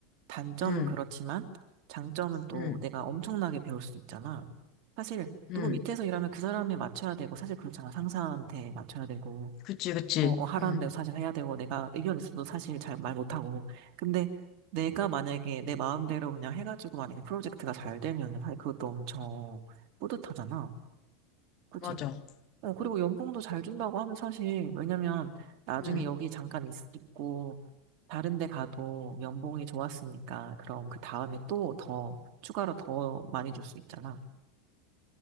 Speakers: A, on the right; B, on the left.
A: 단점은
B: 응
A: 그렇지만 장점은 또
B: 응
A: 내가 엄청나게 배울 수 있잖아. 사실
B: 응
A: 누구 밑에서 일하면 그 사람에 맞춰야 되고 사실 그렇잖아. 상사한테 맞춰야 되고
B: 그치, 그치.
A: 어, 어, 하라는
B: 응
A: 대로 사실 해야 되고, 내가 의견 있어도 사실 잘 말 못하고. 근데 내가 만약에 내 마음대로 그냥 해가지고 만약에 프로젝트가 잘 되면은 사실 그것도 엄청 뿌듯하잖아. 그치?
B: 맞아.
A: 어, 그리고 연봉도 잘 준다고 하면 사실, 왜냐면 나중에
B: 응
A: 여기 잠깐 있, 있고, 다른 데 가도 연봉이 좋았으니까, 그럼 그 다음에 또 더, 추가로 더 많이 줄 수 있잖아.